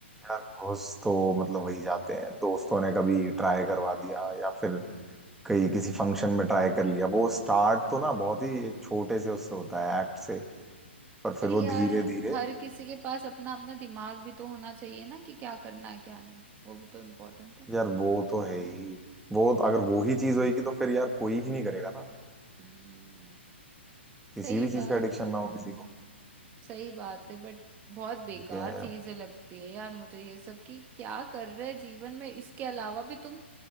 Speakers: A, in the centre; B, on the right.
A: यार घूस तो मतलब वही जाते हैं दोस्तों ने कभी ट्राई करवा दिया या फिर कहीं किसी फंक्शन में ट्राई कर लिया वो स्टार्ट तो ना बहुत ही एक छोटे से उससे होता है एक्ट से पर
B: पर
A: फिर
B: यार
A: वो धीरे धीरे
B: हर किसी के पास अपना अपना दिमाग भी तो होना चाहिए ना कि क्या करना है क्या नहीं वो भी तो इम्पोर्टेंट है
A: यार वो तो है ही वो अगर वो ही चीज होगी तो फिर यार कोई ही नहीं करेगा ना
B: हम्म
A: किसी
B: सही
A: भी चीज
B: बात
A: का एडिक्शन
B: है
A: ना हो किसी को
B: सही बात है बट बहुत
A: ठीक
B: बेकार
A: है
B: चीजें लगती है यार मुझे ये सब कि क्या कर रहे हैं जीवन में इसके अलावा भी तुम